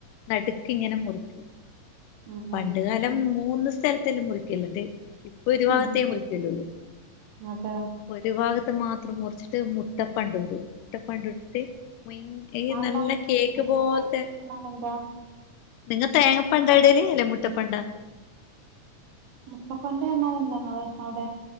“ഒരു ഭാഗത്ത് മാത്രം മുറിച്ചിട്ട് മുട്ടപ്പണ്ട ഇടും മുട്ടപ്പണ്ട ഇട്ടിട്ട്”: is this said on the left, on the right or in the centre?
Left